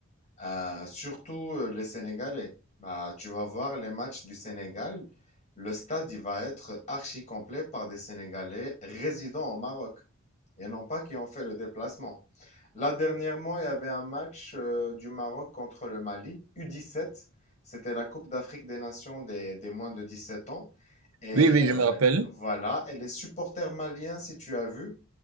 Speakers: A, on the left; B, on the right.
A: euh, surtout euh, les Sénégalais. Bah, tu vas voir les matchs du Sénégal, le stade il va être archi complet par des Sénégalais résidant au Maroc, et non pas qui ont fait le déplacement. Là, dernièrement, il y avait un match euh, du Maroc contre le Mali, U17. C'était la Coupe d'Afrique des Nations des, des moins de 17 ans. Et
B: Oui, oui,
A: euh,
B: je me rappelle.
A: voilà, et les supporters maliens, si tu as vu,